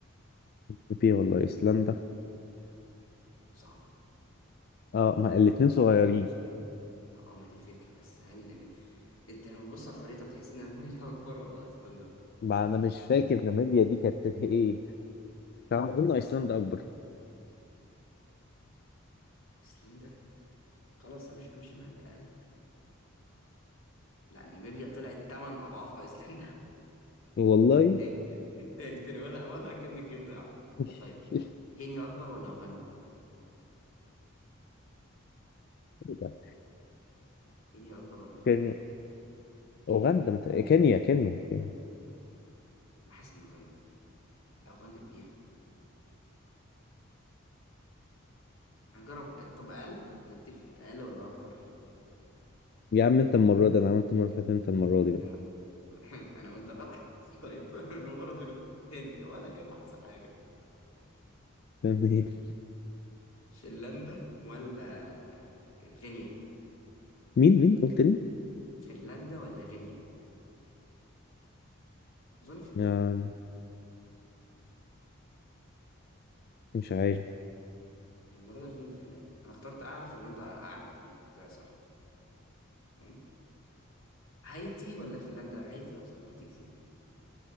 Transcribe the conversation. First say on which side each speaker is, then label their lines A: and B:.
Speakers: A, on the left; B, on the left.
A: ناميبيا ولا ايسلندا
B: صعبه دي
A: اه ما الاتنين صغيرين
B: اه ما دي فكره بس هل انت لما تبص على الخريطة بتحس ان المية <laughs> اكبر ولا ايسلندا؟
A: ما انا
B: طبعاً.
A: مش فاكر ناميبيا دي كانت ايه تعال قلنا ايسلندا اكبر
B: ايسلندا خلاص همشي همشي مع الأقل لا ناميبيا طلعت تمن اضعاف ايسلندا
A: والله
B: <laughs> تاني تاني تاني تاني ولا ولا كأن الجيم ده عدى
A: <laughs>
B: طيب
A: ايه
B: كينيا اكبر ولا اوغندا؟
A: ده
B: كينيا اكبر ولا اوغندا؟
A: كينيا
B: كينيا
A: اوغندا مت... كينيا كينيا كينيا
B: انا حاسس ان اوغندا لا اوغندا كبيرة انا هجرب طب اقل نتفق اقل ولا اكتر؟
A: يا عم انت المره دي انا عملت المره اللي فاتت انت المره دي بقى
B: انا <laughs> انا وانت غلط <laughs> طيب <laughs> المرة تغلط تاني تاني ولا كأن حصل حاجة
A: <laughs>
B: فنلندا ولا غينيا؟
A: مين مين قلت لي
B: فنلندا ولا غينيا؟ أظن فنلندا
A: آه، مش عارف
B: المرة دي أظن فنلندا أنا اخترت أعلى فنلندا أعلى تمام ده صح تمام هايتي ولا فنلندا هايتي أصغر هايتي جزيرة